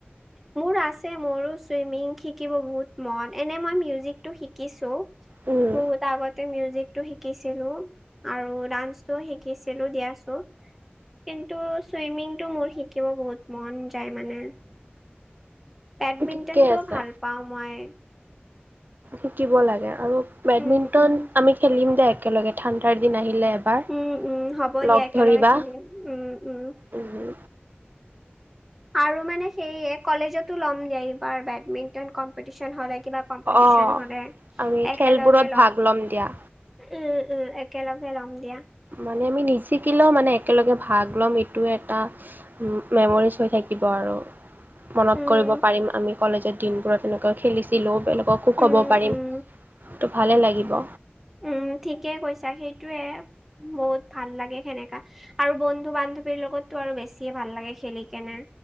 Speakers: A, in the centre; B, on the right.
A: মোৰ আছে মোৰো ছুইমিং শিকিব বহুত মন এনে মই মিউজিকটো শিকিছো
B: উম,
A: বহুত আগতে মিউজিক টো শিকিছিলো আৰু ডান্সটো শিকিছিলো দিয়াচো কিন্তু চুইমিংটো মোৰ শিকিব বহুত মন যায় মানে বেডমিণ্টনটো
B: ঠিকে আছে
A: ভাল পাও মই।
B: শিকিব লাগে আৰু বেডমিন্টন
A: উম, উম,
B: আমি খেলিম দে একেলগে ঠাণ্ডাৰ দিন আহিলে এবাৰ।
A: উম উম হ'ব দিয়া
B: লগ
A: একেলগে
B: ধৰিবা
A: খেলিম উম উম।
B: উম,
A: আৰু মানে সেয়ে কলেজতো ল'ম দিয়া এইবাৰ বেডমিন্টন কম্পিটিচন হলে কিবা কম্পিটিশন
B: অ'।
A: হলে
B: আমি
A: একেলগে
B: খেলবোৰত
A: লম
B: ভাগ দিয়া।
A: উম উম একেলগে লম দিয়া
B: মানে আমি নিজিকিলেও মানে একেলগে ভাগ ল'ম এইটো এটা উ মেমৰিজ হৈ থাকিব আৰু মনত
A: উম,
B: কৰিব পাৰিম আমি কলেজৰ দিনবোৰত তেনেকৈ খেলিছিলো বেলেগ কো ক'ব
A: উম,
B: পাৰিম
A: উম,
B: তো ভালে লাগিব
A: উম ঠিকেই কৈছা সেইটোয়ে বহুত ভাল লাগে সেনেকা আৰু বন্ধু - বান্ধৱীৰ লগততো আৰু বেছিয়ে ভাল লাগে খেলি কেনে।